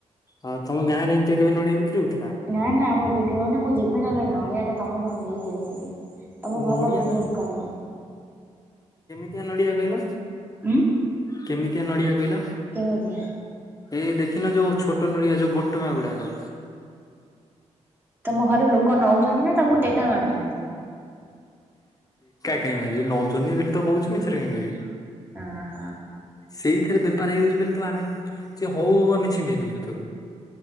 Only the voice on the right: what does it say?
ନା ନା ଆମର ବିକ୍ରି ହଉନି। ମୁଁ ଯିବି ନହେଲେ, ନଡିଆ ଟେ ତମ ଘରୁ ନେଇକି ଆସିବି। ତମେ ଭଲ
ବିଜିନେସ
କରିବ।
ଉଁ
କେମିତିଆ?
ତମ ଘରେ ଲୋକ ନଉଛନ୍ତି ନା ତମକୁ ଟେକା ମାରୁଛନ୍ତି?
ଅହ।